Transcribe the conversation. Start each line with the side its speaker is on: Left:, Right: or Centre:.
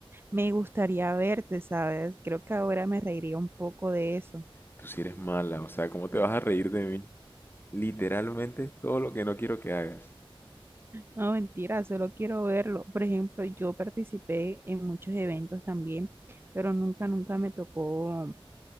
Right: me gustaría verte, ¿sabes? Creo que ahora me reiría un poco de eso.
Left: Tú sí eres mala, o sea, ¿cómo te vas a reír de mí? Literalmente todo lo que no quiero que hagas.
Right: No, mentira, solo quiero verlo. Por ejemplo, yo participé en muchos eventos también, pero nunca, nunca me tocó